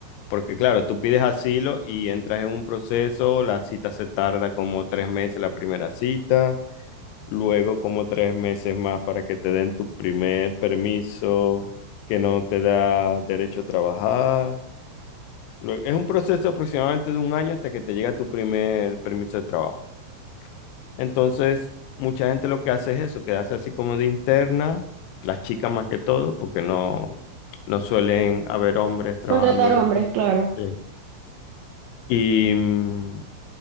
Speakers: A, on the left (about 85°); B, on the right (about 85°).
A: porque claro, tú pides asilo y entras en un proceso, la cita se tarda como tres meses la primera cita. luego como tres meses más para que te den tu primer permiso que no te da derecho a trabajar. Lue- es un proceso aproximadamente de un año hasta que te llega tu primer permiso de trabajo. Entonces, mucha gente lo que hace es eso, quedarse así como de interna, las chicas más que todo, porque no, no suelen haber hombres trabajando
B: Contratar
A: de
B: hombres,
A: esto.
B: claro.
A: Sí. Y, mm,